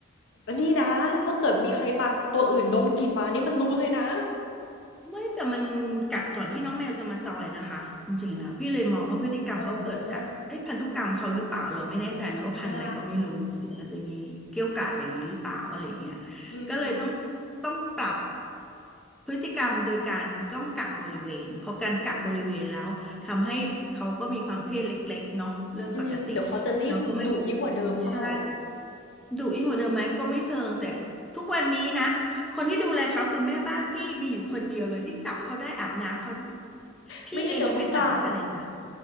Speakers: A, on the left; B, in the centre.
A: อันนี่นะถ้าเกิดมีใครมาตัวอื่นดมกลิ่นมานี่มันรู้เลยนะ
B: ไม่แต่มันกัดก่อนที่น้องแมวจะมาจอยนะคะจริงๆแล้วพี่เลยมองว่าพฤติกรรมเขาเกิดจากเอ้พันธุกรรมเขาหรือเปล่าเราไม่แน่ใจนะว่าพันธุ์อะไรก็ไม่รู้หรืออาจจะมีเกี้ยวกาดอย่างนี้หรือเปล่าอะไรอย่างเงี้ย
A: อ๋ออ่าอืม
B: ก็เลยต้องต้องปรับ พฤติกรรมโดยการต้องกักบริเวณพอการกักบริเวณแล้วทำให้เขาก็มีความเครียดเล็กๆเนาะเรื่องปกติ
A: อืมเดี๋ยวเขาจะรีบดุยิ่งกว่าเดิมเปล่า
B: แล้วก็ไม่ใช่ดุยิ่งกว่าเดิมไหมก็ไม่เชิงแต่ทุกวันนี้นะคนที่ดูแลเขาคือแม่บ้านพี่มีอยู่คนเดียวเลยที่จับเขาได้อาบน้ำเขาได้พี่เองยังไม่สามารถเลยนะ
A: ไม่งั้นเดี๋ยวเขากัด